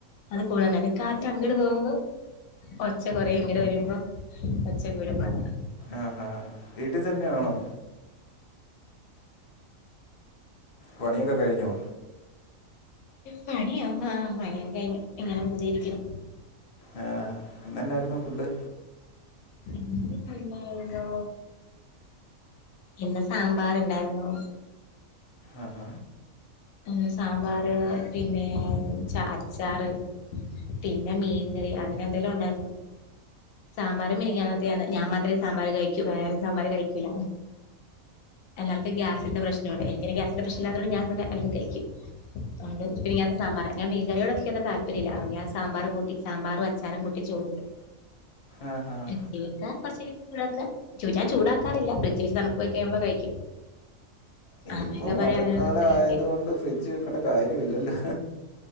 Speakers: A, on the left; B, on the left.
A: അത് പോവർഞ്ഞാല് കാറ്റ് അങ്ങട് പോവുമ്പ ഒച്ച കൊറയും ഇങ്ങട് വരിമ്പ ഒച്ച കൂടും അതാ
B: ആ ഹാ വീട്ടി തെന്നെയാണോ പണിയൊക്കെ കഴിഞ്ഞൊ
A: പണിയൊ ആ പണിയൊക്കെ കഴിഞ്ഞ് ഇങ്ങനെ വെറ്തെ ഇരിക്ക്‌ണ്
B: ആ എന്നനൊരു ഇപ്പ ഫുഡ്‌
A: ഇന്നെന്തുണ്ടായിര്ന്നു ഇന്ന് സാമ്പാറ് ഇണ്ടായിര്ന്നു
B: അ ഹാ
A: മ് സാമ്പാറ് പിന്നെ ച്ച അച്ചാറ് പിന്നെ മീൻ കറി അങ്ങനെന്തേലു ഉണ്ടായിര് ന്നു. സാമ്പാറ് മിനിഞ്ഞാന്നത്തെയാണ് ഞാൻ മാത്രെ സാമ്പാറ് കഴിക്കു വേറെര് സാമ്പാറ് കഴിക്കീല എല്ലാർക്ക്‌ ഗ്യാസ്ന്റെ പ്രശ്നോണ് എനിക്കെയിന് ഗ്യാസ്ന്റെ പ്രശ്നഇല്ലാത്തോണ്ട് ഞാൻ <unintelligible> എല്ലതും കഴിക്കും <inaudible> മിനിയാത്തെ സാമ്പാറ് ഞാൻ മീൻ കറിയോട് നിക്കത്ര താല്പര്യല്ല അതോണ്ട് ഞാൻ സാമ്പാറ് കൂട്ടി സാമ്പാറ് അച്ചാറും കൂട്ടി ചോറ്ണ്ട്
B: ആ ഹാ
A: <unintelligible> കൊറച്ചേരം ചുടാക്ക് <unintelligible> ചുടാക്കാറില്ല ഫ്രിഡ്ജ് വെച്ച തണ്പ്പ്‌ പോയി കഴിയുമ്പ കഴിക്കും അമ്മയൊക്കെ
B: ഇപ്പൊ മഴക്കാല
A: പറയും അങ്ങനെയൊന്നും കഴിക്ക
B: ആയത് കൊണ്ട് ഫ് ഡ്ജ് വെക്കണ്ട കാര്യോല്ലല്ലോ